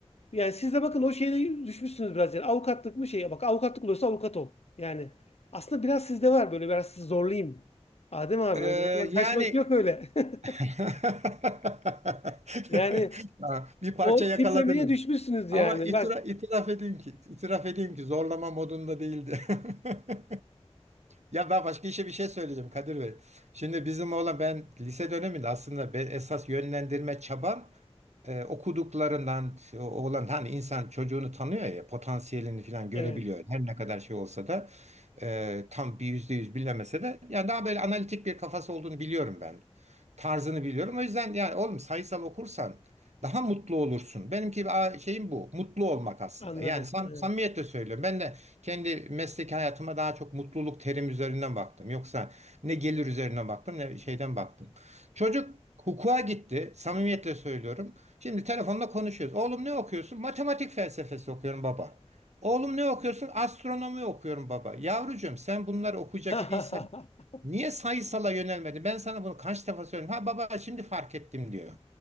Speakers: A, on the left (about 65°); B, on the right (about 80°).
A: Yani siz de bakın o şeyde düşmüşsünüz biraz. Yani avukatlık mı şey? Bak avukatlık olursa avukat ol. Yani aslında biraz sizde var böyle biraz sizi zorlayayım. Adem abi
B: e,
A: öyle hemen kaçmak
B: yani
A: yok öyle. <laughs>
B: <laughs>
A: Yani
B: Ha, Bir parça
A: o
B: yakaladınız.
A: tiplemeye düşmüşsünüz
B: Ama
A: yani.
B: itira-
A: Bak
B: itiraf edeyim ki, itiraf edeyim ki zorlama modunda değildi. <laughs> Ya ben başka işe bir şey söyleyeceğim Kadir Bey. Şimdi bizim oğlan ben lise döneminde aslında ben esas yönlendirme çabam e, okuduklarından o- oğlan hani insan çocuğunu tanıyor ya potansiyelini falan görebiliyor
A: Evet,
B: her ne kadar şey olsa da. Ee, tam bir yüzde yüz bilemese de yani daha böyle analitik bir kafası olduğunu biliyorum ben. Tarzını biliyorum. O yüzden yani oğlum sayısal okursan daha mutlu olursun. Benimki a, şeyim bu. Mutlu olmak aslında.
A: anladım.
B: Yani sam
A: Evet.
B: samimiyetle söylüyorum. Ben de kendi mesleki hayatıma daha çok mutluluk terim üzerinden baktım. Yoksa ne gelir üzerine baktım ne şeyden baktım. Çocuk hukuka gitti. Samimiyetle söylüyorum. Şimdi telefonla konuşuyoruz. Oğlum ne okuyorsun? Matematik felsefesi okuyorum baba. Oğlum ne okuyorsun? Astronomi okuyorum baba. Yavrucuğum sen bunları okuyacak
A: <laughs>
B: idiysen niye sayısala yönelmedin? Ben sana bunu kaç defa söyledim. Ha baba şimdi fark ettim diyor.